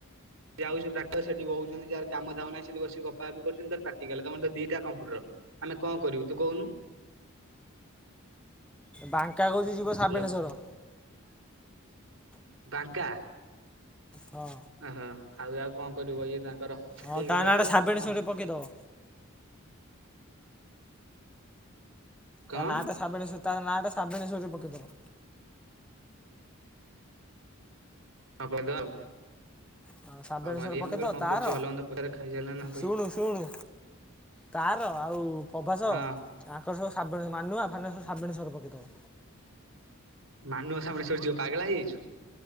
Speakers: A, on the right; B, in the centre.
A: ଯିଏ ଆଉଛି ପ୍ରାକଟିକାଲ ସେଠି ବଉଚନ୍ତି ଯାର କାମ ଧାମ ନାହିଁ ସେଠି ବସି ଗପାଗପି କରୁଚନ୍ତି ତାର ପ୍ରାକଟିକାଲ ତମର ଦିଟା କମ୍ପ୍ୟୁଟର। ଆମେ କଣ କରିବୁ ତୁ କହୁନୁ?
B: ବାଙ୍କା କହୁଛି ଯିବ ସାବେଣେଶ୍ଵର।
A: ହ୍ୟାଲୋ ବାଙ୍କା?
B: ହଁ।
A: ଓହୋ ଆଉ ଆଉ କଣ କରିବ ଇଏ ତାଙ୍କର
B: ହଁ
A: ଏଇଭଳିଆ
B: ତା ନାଁ
A: ଆଉ
B: ଟା ସାବେଣେଶ୍ୱର
A: କଣ
B: ରେ ପକେଇଦବ।
A: କଣ
B: ତା ନାଁଟା ସାବଣେସ୍ୱ ତା ନାଁ ଟା ସାବଣେଶ୍ୱରେ ପକେଇଦବ।
A: ହଁ ପକେଇଦବା ଆଉ।
B: ହଁ ସାବେଣେଶ୍ୱର
A: ଆଉ ମାହିଆ
B: ପକେଇଦବ
A: ମୁଁ କହିଲି କଣ
B: ତାର
A: କରୁଚୁ ଭଲ ମନ୍ଦ ପଚାରେ ଖାଇ ସାରିଲଣିନା
B: ଶୁଣୁ ଶୁଣୁ ତାର ଆଉ ପ୍ରଭାସ
A: ହଁ
B: ତାଙ୍କର ସବୁ ଶାବଣୀ ମାନୁଆ ଫାନୁଆ ସବୁ ସାବଣେଶ୍ୱର ପକେଇଦବୁ।
A: ମାନୁଆ ସାବଣେଶ୍ଵର ଯିବ ପାଗଳା ହେଇଯାଇଚୁ।